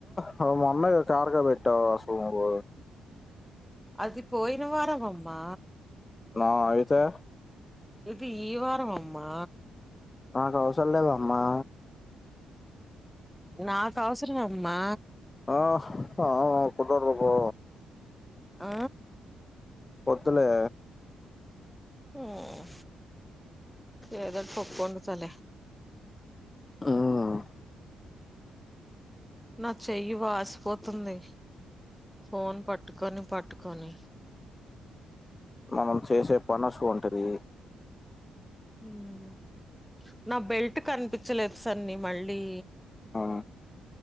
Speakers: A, on the left; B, in the centre.
A: హో మొన్నెగా కార్గో పెట్టావు సోములు
B: అది పోయినవారవమ్మా
A: నా అయితే
B: ఇది ఈ వారవమ్మా
A: నాకు అవసరలేదమ్మా
B: నాకు అవసరవమ్మా
A: ఆ హ కుదరదు పో
B: ఆ
A: వొద్దులే
B: హ్మ్ ఏదో పప్పు వొండుతాలే
A: ఉమ్,
B: నా చెయ్యి వాసిపోతుంది ఫోన్ పట్టుకొని పట్టుకొని
A: మనం చేసే పని అసువంటిది
B: హ్మ్ నా బెల్ట్ కనిపిచ్చలేదు సన్ని మళ్ళీ
A: ఆ